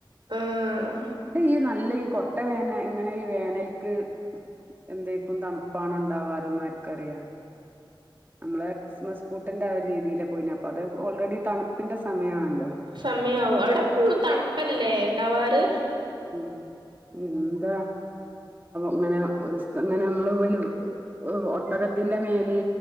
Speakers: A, on the right; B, on the right.
A: ആഹ്
B: ഇടെ ഈ നല്ല ഈ കൊട്ട വേന ഇങ്ങനെ വേനൽക്ക് എന്തേക്കും തണുപ്പാണ് ഉണ്ടാവാറ്ന്ന് ആരിക്കറിയാ നമ്മള് ക്രിസ്മസ് പൂട്ടിന്റെ ആ ഒരു രീതിയില പോയിന അപ്പൊ അത് ഓൾറെഡി തണുപ്പിന്റെ സമയമാണല്ലോ
A: സമയമാവും അവിടെ എപ്പളും തണുപ്പല്ലേ ഉണ്ടാവാറ്
B: ഉ എന്താ ഇങ്ങനെ ഒരു ഇങ്ങനെ നമ്മള് പോ ഒട്ടകത്തിന്റെ മേല്